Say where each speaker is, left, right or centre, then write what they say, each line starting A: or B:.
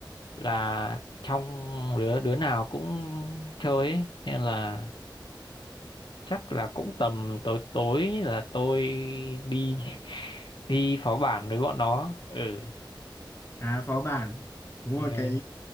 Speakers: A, on the left (about 65°); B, on the left (about 30°).
A: là trong đứa đứa nào cũng chơi ấy. nên là chắc là cũng tầm tối tối là tôi đi <laughs> đi phó bản với bọn nó ừ
B: À phó bản. Đúng
A: Rồi,
B: rồi cái